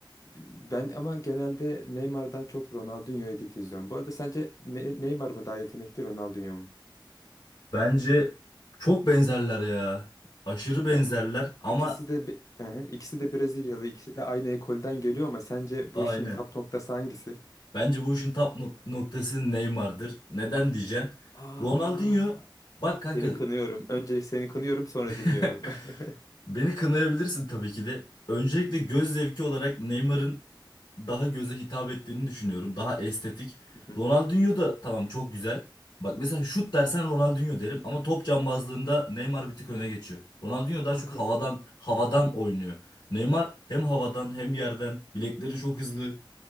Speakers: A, on the left; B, on the left.
A: ben ama genelde Neymar'dan çok Ronaldinho edit izliyorum. Bu arada sence Ne- Neymar mı daha yetenekli Ronaldinho mu?
B: Bence çok benzerler ya. Aşırı benzerler
A: Ya
B: ama
A: ikisi de bi- Hı hı, ikisi de Brezilyalı, ikisi de aynı ekolden geliyor ama sence
B: aynen.
A: bu işin tap noktası hangisi?
B: Bence bu işin tap nok- noktası Neymar'dır. Neden diyeceksin?
A: Aa,
B: Ronaldinho bak kanka
A: seni kınıyorum. Öncelik seni kınıyorum, sonra dinliyorum.
B: <laughs>
A: <laughs>
B: Beni kınayabilirsin tabii ki de. Öncelikle göz zevki olarak Neymar'ın daha göze hitap ettiğini düşünüyorum. Daha estetik.
A: Hı hı.
B: Ronaldinho da tamam çok güzel. Bak mesela şut dersen Ronaldinho derim ama top cambazlığında Neymar bir tık öne geçiyor. Ronaldinho
A: Kanka
B: daha çok havadan havadan oynuyor. Neymar hem havadan hem yerden. Bilekleri çok hızlı.